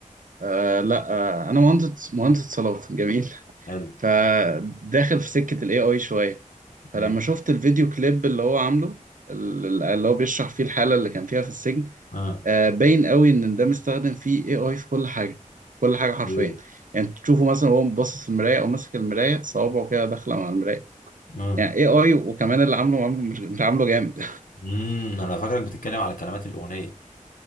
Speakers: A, on the right; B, on the left.
A: آه لا آه أنا مهندس مهندس صلاة جميل
B: قال
A: فداخل في سكة الاي اي شوية فلما
B: ماشي
A: شفت الفيديو كليب اللي هو عامله ال- اللي هو بيشرح فيه الحالة اللي كان فيها في السجن
B: اه
A: آه، باين قوي ان ده مستخدم فيه اي اي في كل حاجة كل حاجة حرفيا
B: ايه
A: يعني تشوفه مثلا وهو باصص في المراية او ماسك المراية صوابعه كده داخلة مع المراية
B: اه
A: يعني اي اي وكمان اللي عامله عامله مش مش عامله جامد
B: امم انا فاكرك بتتكلم على كلمات الاغنية